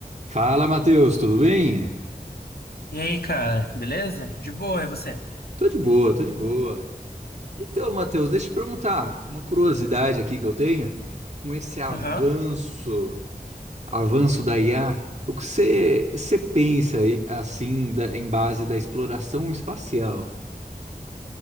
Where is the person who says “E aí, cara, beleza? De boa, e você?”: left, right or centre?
Left